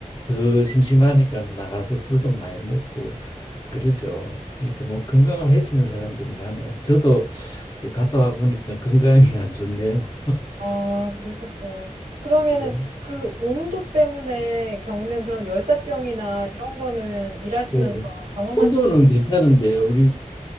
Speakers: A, on the left; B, on the right.
A: 더 심심하니까 나가서 술도 많이 먹고 그러죠. 그러니까 뭐 건강을 해치는 사람들이 많아요. 저도 이 갔다 와 보니까 건강이 <laughs> 안 좋네요.
B: 아, 그러셨어요. 그러면은
A: 예.
B: 그 온도 때문에 겪는 그런 열사병이나 이런 거는 일하시면서
A: 그
B: 경험하시,
A: 온도는 괜찮은데요. 우리